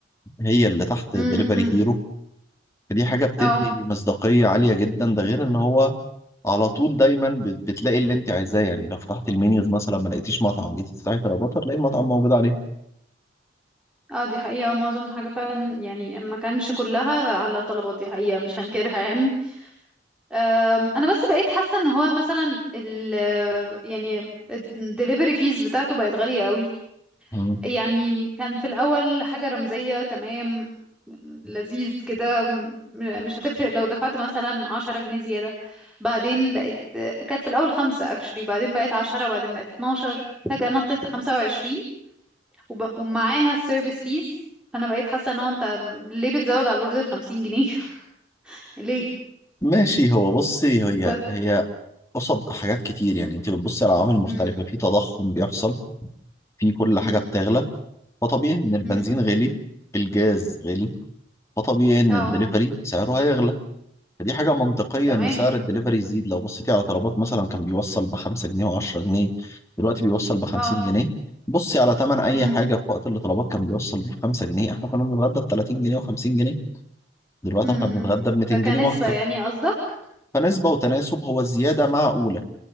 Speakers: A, on the left (about 15°); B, in the centre.
A: هي اللي تحت
B: امم
A: دليفري
B: امم
A: هيرو فدي حاجة بتدي
B: اه
A: مصداقية عالية جدا ده غير ان هو على طول دايما بت- بتلاقي اللي انت عايزاه يعني لو فتحت المنيوز مثلا ما لقيتيش مطعم جيتي تفتحي طلبات هتلاقي المطعم موجود عليه
B: اه دي حقيقة معظم الحاجة فعلا يعني ما كانش كلها على طلبات دي حقيقة مش هنكرها يعني أم، انا بس بقيت حاسه ان هو مثلا ال يعني الدليفري فيز بتاعته بقت غاليه قوي
A: مم.
B: يعني كان في الاول حاجه رمزيه تمام لذيذ كده م- مش هتفرق لو دفعت مثلا عشرة جنيه زياده بعدين بقت كانت في الاول خمسة اكشلي بعدين بقت عشرة بعدين بقت 12 فجاه نطت لخمسة وعشرين وب... ومعاها السيرفيس فيز فانا بقيت حاسه ان هو انت ليه بتزود على الاوردر 50 جنيه <laughs> ليه
A: ماشي هو بصي هي
B: بس
A: هي قصد حاجات كتير يعني انت بتبصي على عوامل مختلفة
B: امم
A: في تضخم بيحصل في كل
B: امم
A: حاجة بتغلى فطبيعي ان البنزين
B: امم
A: غلي الجاز غلي فطبيعي ان
B: اه
A: الدليفري سعره هيغلى فدي حاجة منطقية
B: تمام
A: إن سعر الدليفري يزيد لو بصيتي على طلبات مثلا كان بيوصل بخمسة جنيه وعشرة جنيه دلوقتي بيوصل بخمسين
B: اه
A: جنيه بصي على تمن أي
B: امم
A: حاجة في وقت اللي طلبات كان بيوصل بيه بخمسة جنيه إحنا كنا بنتغدى بتلاتين جنيه وخمسين جنيه دلوقتي
B: امم
A: إحنا بنتغدى بميتين
B: فكنسبة
A: جنيه وأكتر
B: يعني قصدك
A: فنسبة وتناسب هو الزيادة معقولة